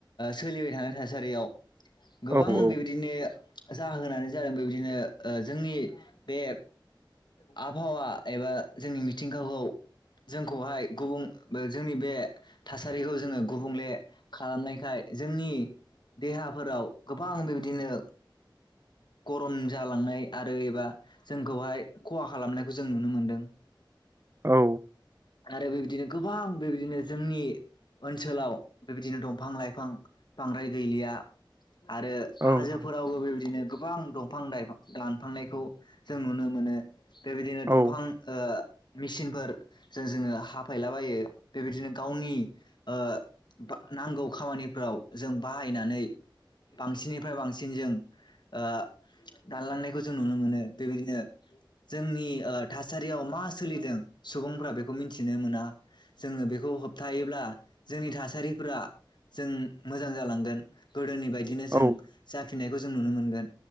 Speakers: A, on the left; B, on the right.
A: सोलिबाय थानाय थासारियाव गोबां
B: औ
A: बेबायदिनो जाहोनानो जादों बेबायदिनो जोंनि बे आबहावा एबा जोंनि मिथिंगाखौ जोंखौहाय गुबुं जोंनि बे थासारिखौ जोङो गुबुंले खालामनायखाय जोंनि देहाफोराव गोबां बेबायदिनो गरम जालांनाय आरो एबा जोंखौहाय खहा खालामनायखौ जों नुनो मोनदों।
B: औ
A: आरो बेबायदिनो गोबां बेबायदिनो जोंनि ओनसोलाव बेबायदिनो दंफां लाइफां बांद्राय गैलिया आरो
B: ओं
A: हाजोफोरावबो
B: ओं
A: बेबायदिनो गोब बां दंफां लाइफां लांफांनायखौ जों नुनो मोनो बेबायदिनो
B: औ
A: दंफां ओ मिसिनफोर जों जोङो हाफायलाबायो बेबायदिनो गावनि ओ बा नांगौ खामानिफ्राव जों बाहायनानै बांसिननिफ्राय बांसिन जों ओ दानलांनायखौ जों नुनो मोनो बेबायदिनो जोंनि ओ थासारियाव मा सोलिदों सुबुंफोरा बेखौ मिथिनो मोना जोङो बेखौ होबथायोब्ला जोंनि थासारिफ्रा जों मोजां जालांगोन गोदोनि बायदिनो
B: औ औ
A: जों जाफिनायख खौ जों नुनो मोनगोन